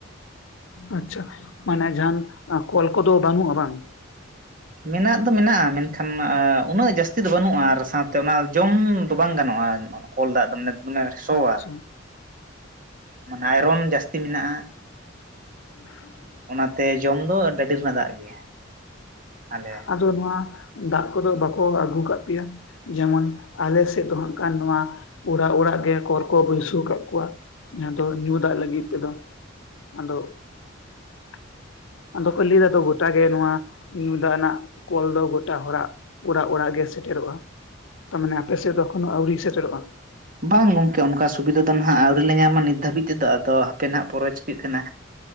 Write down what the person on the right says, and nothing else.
ᱢᱮᱱᱟᱜ ᱫᱚ ᱢᱮᱱᱟᱜᱼᱟ ᱢᱮᱱᱠᱷᱟᱱ ᱩᱱᱟᱹᱜ ᱡᱟᱹᱥᱛᱤ ᱫᱚ ᱵᱟᱹᱱᱩᱜᱼᱟ ᱟᱨ ᱥᱟᱶᱛᱮ ᱚᱱᱟ ᱡᱚᱢ ᱫᱚ ᱵᱟᱝ ᱜᱟᱱᱚᱜᱼᱟ᱾ ᱠᱚᱞ ᱫᱟᱜ ᱫᱚᱢᱟᱱᱮ ᱫᱚᱢᱮ ᱥᱚᱣᱟ
ᱢᱟᱱᱮ ᱟᱭᱨᱚᱱ ᱡᱟᱹᱥᱛᱤ ᱢᱮᱱᱟᱜᱼᱟ᱾
ᱚᱱᱟᱛᱮ ᱡᱚᱢ ᱫᱚ ᱵᱟᱹᱵᱤ ᱨᱮᱱᱟᱜ ᱫᱟᱜ ᱜᱮ ᱟᱞᱮ
ᱵᱟᱝ ᱜᱚᱝᱠᱮ ᱚᱱᱠᱟ ᱥᱩᱵᱤᱫᱷᱟ ᱫᱚ ᱱᱟᱦᱜ ᱟᱹᱣᱨᱤ ᱞᱮ ᱧᱟᱢᱟ ᱱᱤᱛ ᱫᱷᱟᱹᱵᱤᱡ ᱛᱮᱫᱚ ᱟᱫᱚ ᱦᱟᱯᱮ ᱱᱟᱦᱜ ᱯᱚᱨᱮ ᱪᱤᱠᱟᱹᱜ ᱠᱟᱱᱟ᱾